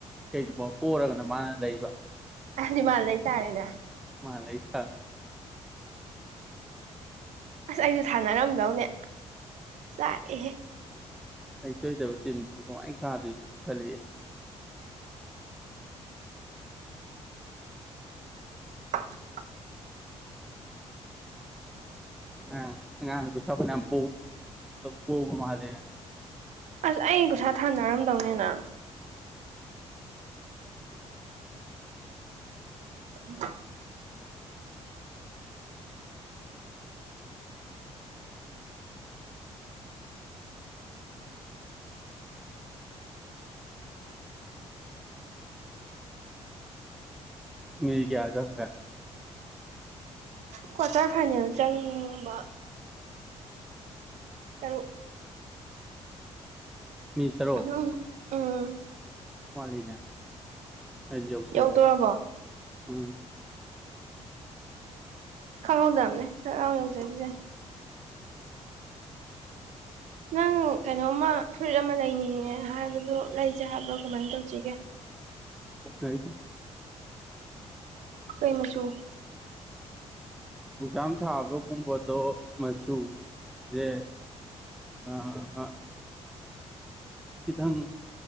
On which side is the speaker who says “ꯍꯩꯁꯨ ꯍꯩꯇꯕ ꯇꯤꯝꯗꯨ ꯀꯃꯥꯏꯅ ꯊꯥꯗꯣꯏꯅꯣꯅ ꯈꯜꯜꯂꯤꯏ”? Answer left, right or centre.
Centre